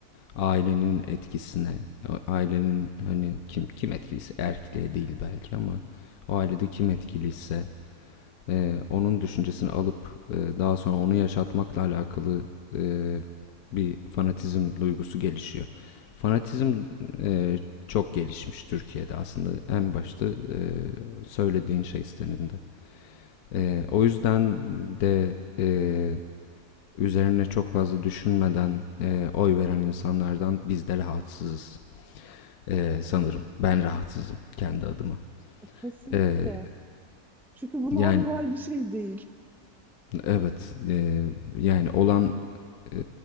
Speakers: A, on the left; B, in the centre.
A: ailenin etkisine, ailenin hani kim kim etkiliyse erkliğe değil belki ama o ailede kim etkiliyse e, onun düşüncesini alıp e, daha sonra onu yaşatmakla alakalı e, bir fanatizm duygusu gelişiyor. Fanatizm e, çok gelişmiş Türkiye'de aslında en başta e, söylediğin şey senin de.
B: Hı
A: E,
B: hı.
A: o yüzden de e, üzerine çok fazla düşünmeden e, oy veren insanlardan biz de rahatsızız e, sanırım. Ben rahatsızım kendi adıma.
B: Kesinlikle.
A: E,
B: Çünkü bu normal
A: yani
B: bir şey değil.
A: evet e, yani olan e,